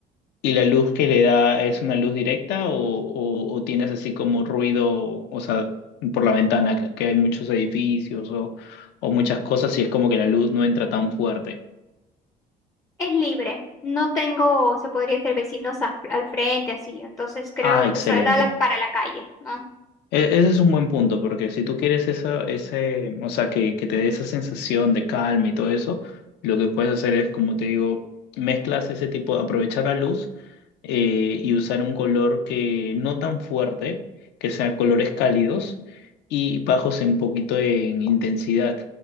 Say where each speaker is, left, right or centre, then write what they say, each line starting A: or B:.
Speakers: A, on the left; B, on the left.
A: ¿Y la luz que le da es una luz directa o, o- o tienes así como ruido, o sea, por la ventana, que que hay muchos edificios o, o muchas cosas y es como que la luz no entra tan fuerte?
B: Es libre. No tengo, se podría decir, vecinos a- al frente, así. Entonces creo,
A: Ah, excelente.
B: o sea, da la- para la calle, ¿no?
A: E- Ese es un buen punto, porque si tú quieres esa, ese, o sea, que, que te dé esa sensación de calma y todo eso, lo que puedes hacer es, como te digo, mezclas ese tipo, aprovechar la luz eh, y usar un color que no tan fuerte, que sea colores cálidos y bajos un poquito en intensidad.